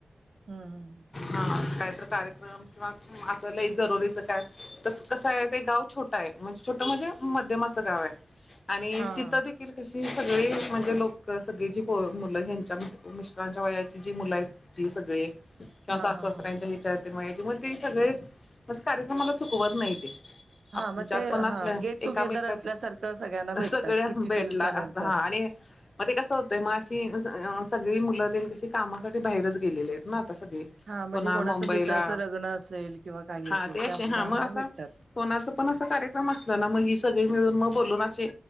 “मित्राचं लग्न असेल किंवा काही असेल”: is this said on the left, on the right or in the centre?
Right